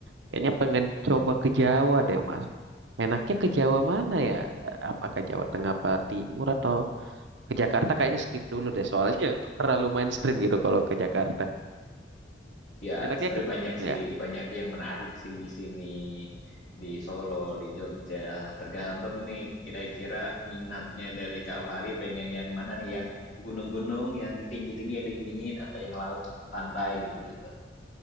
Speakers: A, on the right; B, on the left.
A: kayaknya pengen coba ke Jawa deh Mas. Enaknya ke Jawa mana ya? Apakah Jawa Tengah, apa Timur atau ke Jakarta? Kayaknya skip dulu deh soalnya <laughs> terlalu mainstream gitu kalau ke Jakarta.
B: Ya,
A: Enaknya
B: sebenarnya
A: ke,
B: banyak
A: ya
B: sih, banyak yang menarik sih di sini, di Solo, di Jogja. Tergantung nih, kira-kira minatnya dari Kak Fahri pengen yang mana nih, yang gunung-gunung, yang tinggi-tinggi, yang dingin-dingin, atau yang laut, pantai gitu-gitu.